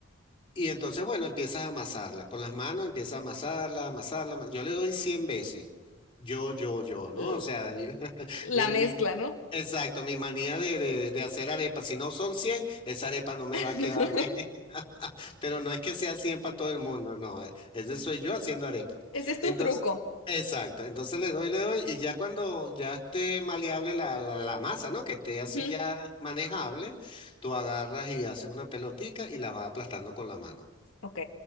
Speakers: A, on the left; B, on the left.
A: Y entonces, bueno, empiezas a amasarla. Con las manos empiezas a amasarla, amasarla. ama- Yo le doy 100 veces. Yo, yo, yo, ¿no?
B: L-
A: O sea, yo- <laughs>
B: La
A: mi,
B: mezcla,
A: mi-
B: ¿no?
A: exacto, mi manía de, de- de hacer arepas Si no son 100 esa arepa no me
B: <laughs>
A: va a quedar bien. <laughs> Pero no es que sea 100 para todo el mundo, no. eh, Ese soy yo haciendo arepa.
B: Ese es tu
A: Entonces,
B: truco.
A: exacto. Entonces le doy, le doy. Y ya cuando ya esté maleable la, la la masa, ¿no? Que esté así
B: Ujú.
A: ya manejable, tú agarras y haces una pelotica y la vas aplastando con la mano.
B: Ok.